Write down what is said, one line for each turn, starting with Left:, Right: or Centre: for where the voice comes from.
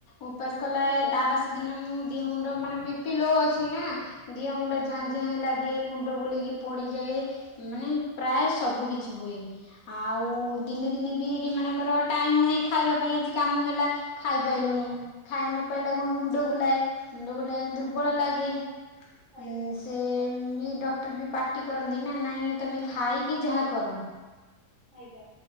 Left: ଉପାସ କଲା
Right: ଆଜ୍ଞା
Left: ତା ବାସ ଦିନ ମୁଁ ଦିହ ମୁଣ୍ଡ ମାନେ ବି ପି ଲୋ ଅଛି ନା। ଦିହ ମୁଣ୍ଡ ଝାଁଝାଁ ଲାଗେ ମୁଣ୍ଡ ବୁଲେଇକି ପଡିଯାଏ। ମାନେ ପ୍ରାୟ ସବୁ କିଛି ହୁଏ। ଆଉ ଦିନେ ଦିନେ ବି ଏଠି ମାନଙ୍କର ଟାଇମ ନାହିଁ ଖାଇବା ପାଇଁ ଆଜି କାମ ହେଲା ଖାଇପାଇଲୁନୁ।
Right: ଆଜ୍ଞା
Left: ଖାଇ ନପାଇଲା ଗୁଣ ମୁଣ୍ଡ ବୁଲାଏ ମୁଣ୍ଡ ବୁଲାାଇ ଦୁର୍ବଳ ଲାଗେ ଉ।
Right: ଆଜ୍ଞା
Left: ସେ ବି ଡକ୍ଟର ବି ପାଟି କରନ୍ତି ନା ନାଇଁ ତୁମେ ଖାଇକି ଯାହା କର।
Right: ଆଜ୍ଞା।